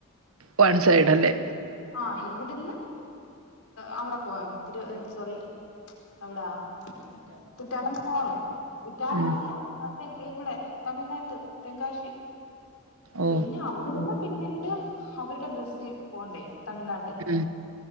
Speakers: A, on the right; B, on the left.
A: വൺ സൈഡ് അല്ലേ
B: ആഹ് ഇവിടുന്ന് അവിടെ പോവാൻ തിരു സോറി അവിടാ ആഹ് കുറ്റാലം പോവാൻ കുറ്റാലം
A: ഉം
B: അല്ല ആ ഇവിടെ തമിഴ്നാട്ട് തെങ്കാശി
A: ഓ
B: പിന്നെ അവിടെ ന്നു പിന്നിട്ട് അവരുടെ ബസിൽ പോകണ്ടേ തമിഴ്നാട്ട്
A: ഉം